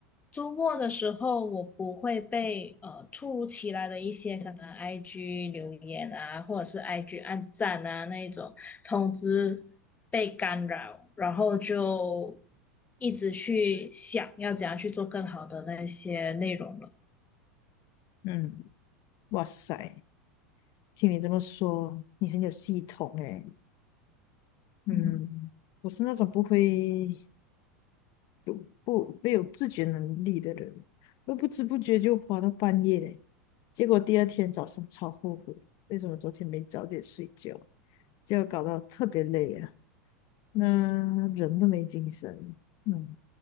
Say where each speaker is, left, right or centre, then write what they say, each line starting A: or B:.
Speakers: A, on the left (about 20°); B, on the left (about 50°).
A: 周末的时候，我不会被呃突如其来的一些可能 IG 留言啊，或者是 IG 按赞啊那一种通知被干扰，然后就一直去想要怎样去做更好的那些内容了。
B: 嗯，哇塞。听你这么说，你很有系统诶。嗯，
A: 嗯。
B: 我是那种不会有不没有自觉能力的人，会不知不觉就花到半夜嘞。结果第二天早上超后悔，为什么昨天没早点睡觉，结果搞到特别累啊，那人都没精神。嗯，